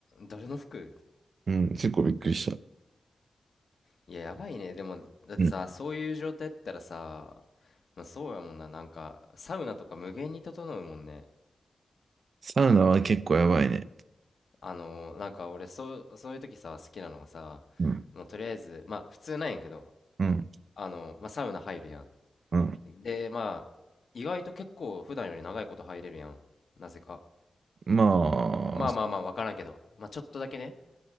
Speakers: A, on the left; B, on the right.
A: 誰の服って
B: うん、結構びっくりした。
A: いや、やばいね。でも、だってさ、
B: うん。
A: そういう状態やったらさ、まあ、そうやもんな。なんか、サウナとか無限に整うもんね。
B: サウナは結構やばいね。
A: あのーなんか俺、そう、そういう時さ、好きなのがさ、
B: うん。
A: もうとりあえず、まあ、普通なんやけど、
B: うん
A: あのーまあ、サウナ入るやん。
B: うん。
A: で、まあ、意外と結構普段より長いこと入れるやん。なぜか。
B: ま
A: まあまあまあ、
B: あ、
A: わからんけど。まあちょっとだけね。